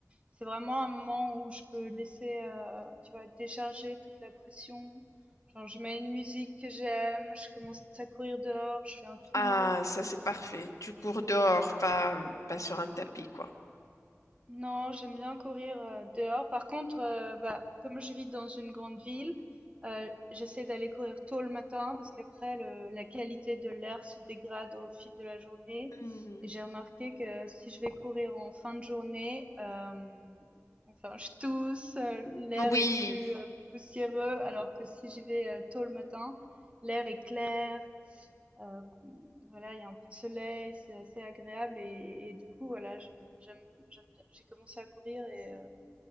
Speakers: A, on the right; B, on the left.
A: C'est vraiment un moment où je peux laisser, euh, tu vois, décharger toute la pression. Genre, je mets une musique que j'aime, je commence à courir dehors, je fais un tour.
B: Ah, ça c'est parfait. Tu cours dehors,
A: Euh,
B: pas, pas sur un tapis, quoi.
A: non, j'aime bien courir euh, dehors. Par contre, euh, bah, comme je vis dans une grande ville, euh, j'essaie d'aller courir tôt le matin parce qu'après, le- la qualité de l'air se dégrade au fil de la journée.
B: Hmm.
A: Et j'ai remarqué que si je vais courir en fin de journée, euh, enfin, je tousse, euh, l'air
B: Oui,
A: est plus euh, poussiéreux, alors que si j'y vais euh, tôt le matin, l'air est clair, euh, voilà, il y a un peu de soleil, c'est assez agréable et, et du coup, voilà, je- j'aime, j'aime bien. J'ai commencé à courir et euh,